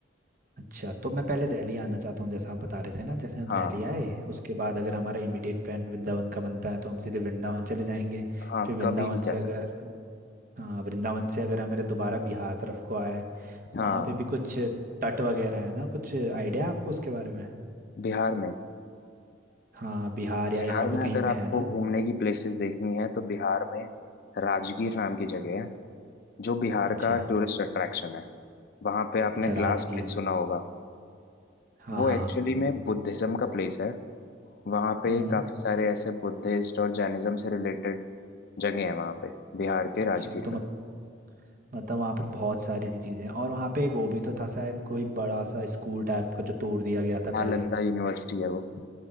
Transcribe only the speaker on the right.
अच्छा तो मैं पहले दिल्ली आना चाहता हूँ जैसा आप बता रहे थे ना जैसे हम
दिल्ली आए उसके बाद अगर हमारा इमीडिएट प्लान वृंदावन का बनता है तो हम सीधे वृंदावन चले जाएंगे
फिर वृंदावन
से अगर
हाँ वृंदावन से अगर हमारे दोबारा बिहार तरफ को आए
वहाँ
पे भी कुछ तट वगैरह है ना कुछ आइडिया है आपको उसके बारे में
हाँ बिहार
या यहाँ पे
कहीं
पे है ना
अच्छा
अच्छा हाँ राजगीर
हाँ
हाँ
हाँ
हम्म
अच्छा
तो रा-
मत, मतलब वहाँ पे बहुत सारी चीज़ें हैं और वहाँ पे एक वो भी तो था शायद कोई बड़ा सा स्कूल टाइप का जो तोड़ दिया गया था पहले